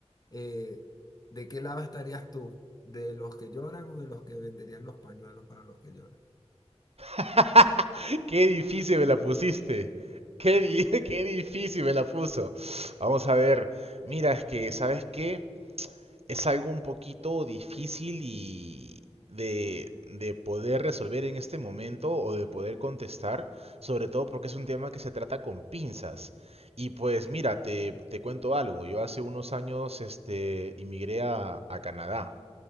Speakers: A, on the left (about 35°); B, on the right (about 65°).
A: eh, ¿de qué lado estarías tú? ¿De los que lloran o de los que venderían los pañuelos para los que lloran?
B: <laughs> Qué difícil me la pusiste. Qué, di- <laughs> qué difícil me la puso. Vamos a ver. Mira, es que, ¿sabes qué? Es algo un poquito difícil y de, de poder resolver en este momento o de poder contestar, sobre todo porque es un tema que se trata con pinzas. Y pues mira, te, te cuento algo. Yo hace unos años, este, inmigré a a Canadá.